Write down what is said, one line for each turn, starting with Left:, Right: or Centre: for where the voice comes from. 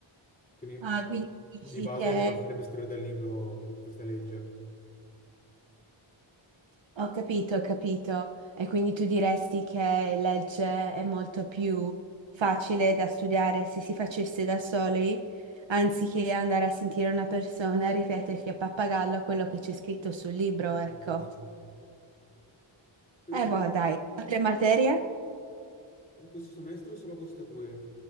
Left: Quindi
Right: Ah, quindi dici
Left: di base
Right: che...
Left: mi basterebbe scrivere dal libro questa legge.
Right: Ho capito, ho capito. E quindi tu diresti che legge è molto più facile da studiare se si facesse da soli, anziché andare a sentire una persona ripeterti a pappagallo quello che c'è scritto sul libro,
Left: Eh,
Right: ecco.
Left: giusto. Tu
Right: Eh,
Left: invece,
Right: boh, dai, altre materie?
Left: in questo semestre solo queste qui,